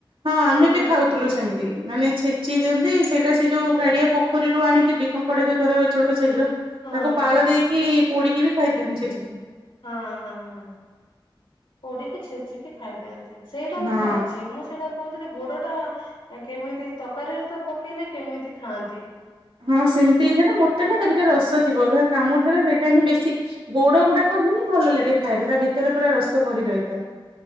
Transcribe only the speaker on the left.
ସେଇଭଳିଆ
ଖାଇଛି
ହଁ
ହଁ
ହଁ ହଁ ହଁ। ପୋଡିକି ଛେଚିକି ଖାଇଦିଅନ୍ତି। ସେଇଟା ମୁଁ
ଖାଇଛି ମୁଁ ସେଇଟା କହୁଥିଲେ ଗୋଡ ଟା କେମିତି ତରକାରୀରେ ତ ପକେଇଲେ କେମିତି ଖାଆନ୍ତି?